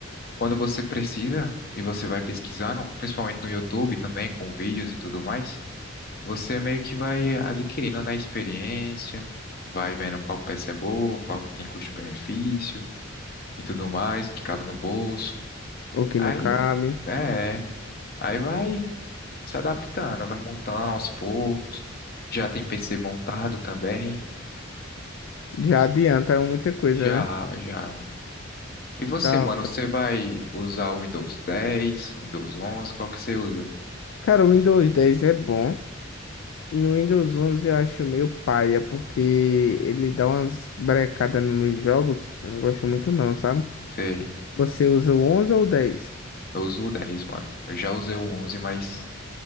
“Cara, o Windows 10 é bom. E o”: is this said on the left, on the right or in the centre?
Left